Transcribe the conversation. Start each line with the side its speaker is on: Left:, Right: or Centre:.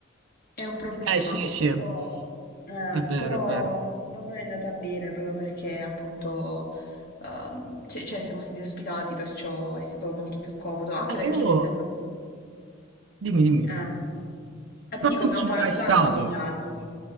Left: è un problema.
Right: Eh sì, sì,
Left: Però,
Right: è
Left: eh,
Right: vero,
Left: però
Right: è vero.
Left: a noi è andata bene proprio perché appunto ehm, cioè, cioè, siamo stati ospitati, perciò è stato molto più comodo. Anche
Right: Eh,
Left: perché
Right: io,
Left: il,
Right: dimmi, dimmi.
Left: eh, eh,
Right: Ma
Left: dico,
Right: non
Left: abbiamo
Right: sono
Left: pagato
Right: mai stato.
Left: tanto di viaggio.